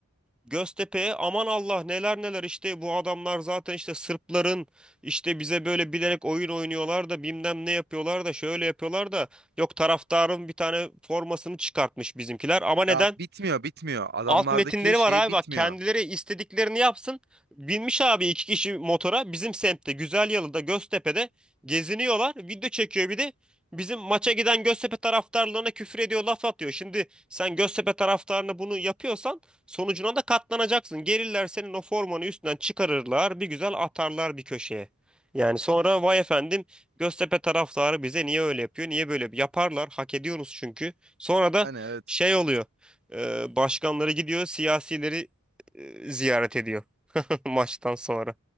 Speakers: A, in the centre; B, on the right (about 45°).
A: Göztepe'ye aman Allah neler neler işte bu adamlar zaten işte Sırpların işte bize böyle bilerek oyun oynuyorlar da bilmem ne yapıyorlar da şöyle yapıyorlar da yok taraftarın bir tane formasını çıkartmış bizimkiler ama neden?
B: Ya bitmiyor, bitmiyor. Adamlardaki
A: Alt metinleri
B: şey
A: var abi
B: bitmiyor.
A: bak kendileri istediklerini yapsın. Binmiş abi iki kişi motora bizim semtte Güzelyalı'da Göztepe'de geziniyorlar. Video çekiyor bir de bizim maça giden Göztepe taraftarlarına küfür ediyor laf atıyor. Şimdi sen Göztepe taraftarına bunu yapıyorsan sonucuna da katlanacaksın. Gelirler senin o formanı üstünden çıkarırlar bir güzel atarlar bir köşeye. Yani sonra vay efendim Göztepe taraftarı bize niye öyle yapıyor niye böyle yapıyor? yaparlar hak ediyoruz çünkü. Sonra da
B: Hani evet.
A: şey oluyor e, başkanları gidiyor, siyasileri e, ziyaret ediyor <laughs> maçtan sonra.